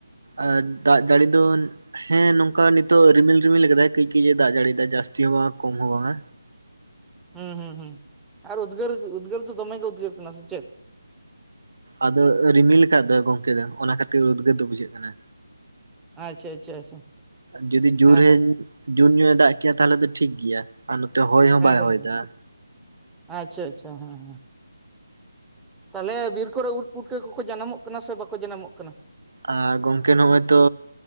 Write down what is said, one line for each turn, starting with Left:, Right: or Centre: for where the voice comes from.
Right: ᱟᱨ ᱫᱟᱜ ᱡᱟᱹᱲᱤ ᱫᱚ ᱦᱮᱸ ᱱᱚᱝᱠᱟ ᱱᱤᱛᱚᱜ ᱨᱤᱢᱤᱞ ᱨᱤᱢᱤᱞ ᱟᱠᱟᱫᱟᱭ ᱠᱟᱹᱡ ᱠᱟᱹᱡ ᱮ ᱫᱟᱜ ᱡᱟᱹᱲᱤᱭᱟᱭ ᱡᱟᱹᱥᱛᱤ ᱦᱚᱸ ᱵᱟᱝᱟ ᱠᱚᱢ ᱦᱚᱸ ᱵᱟᱝᱟ,
Centre: ᱦᱩᱸ ᱦᱩ ᱦᱩᱸ ᱟᱨ ᱩᱫᱽᱜᱟᱹᱨ ᱩᱫᱽᱜᱟᱹᱨ ᱫᱚᱢᱮ ᱜᱮ ᱩᱫᱽᱜᱟᱹᱨ ᱠᱟᱱᱟ ᱥᱮ ᱪᱮᱫ,
Right: ᱟᱫᱚ ᱨᱤᱢᱤᱞ ᱞᱮᱠᱟ ᱫᱚ ᱜᱚᱢᱠᱮ ᱫᱚ ᱚᱱᱟ ᱠᱷᱟᱹᱛᱤᱨ ᱩᱫᱽᱜᱟᱹᱨ ᱫᱚ ᱵᱩᱡᱷᱟᱹᱜ ᱠᱟᱱᱟ,
Centre: ᱟᱪᱪᱷᱟ ᱟᱪᱪᱷᱟ ᱟᱪᱪᱷᱟ
Right: ᱡᱩᱫᱤ ᱡᱳᱨᱧ,
Centre: ᱦᱮᱸ ᱦᱮᱸ
Right: ᱡᱚᱨ ᱧᱚᱭ ᱮ ᱫᱟᱜ ᱠᱮᱭᱟ ᱛᱟᱦᱚᱞᱮ ᱫᱚ ᱴᱷᱤᱠ ᱜᱮᱭᱟ ᱟᱨ ᱱᱚᱛᱮ ᱦᱚᱭ ᱦᱚᱸ
Centre: ᱦᱮᱸ
Right: ᱵᱟᱭ
Centre: ᱦᱮᱸ
Right: ᱦᱚᱭ ᱫᱟ
Centre: ᱟᱪᱪᱷᱟ ᱟᱪᱪᱷᱟ ᱦᱮᱸ ᱦᱮᱸ ᱛᱟᱦᱚᱞᱮ ᱵᱤᱨ ᱠᱚᱨᱮ ᱩᱫ ᱯᱩᱴᱠᱟ ᱠᱟᱠᱚᱠᱚ ᱡᱟᱱᱟᱢᱚᱜ ᱠᱟᱱᱟ ᱥᱮ ᱵᱟᱠᱚ ᱡᱟᱱᱟᱢᱚᱜ ᱠᱟᱱᱟ,
Right: ᱟᱨ ᱜᱚᱝᱠᱮ ᱱᱚᱜᱼᱚᱭ ᱛᱚ